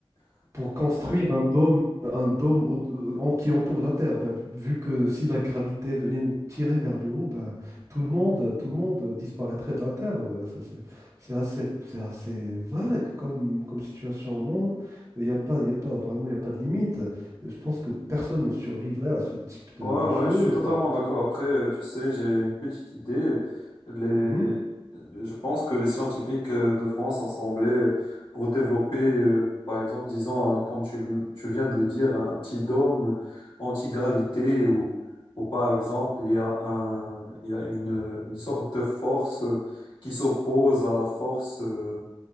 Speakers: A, on the right; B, on the left.
A: pour construire un dôme, un dôme au- en- qui entoure la Terre. Bah, vu vu que si la gravité venait nous tirer vers le haut, bah, tout le monde, tout le monde disparaîtrait de la Terre. Bah, ça, c'est c'est assez, c'est assez vague comme, comme situation, non? Il n'y a pas, il y a pas vraiment, il y a pas de limite. Je pense que personne ne survivrait à ce type de,
B: Ouais,
A: de
B: ouais,
A: choses.
B: je suis totalement d'accord. Après, euh, tu sais, j'ai une petite idée. Les...
A: Mhm.
B: Je pense que les scientifiques euh, devront s'assembler euh, pour développer, euh, par exemple, disons, un- comme tu, le- tu viens de le dire, un petit dôme anti-gravité ou, ou par exemple, il y a un, il y a une, une sorte de force euh, qui s'oppose à la force. euh,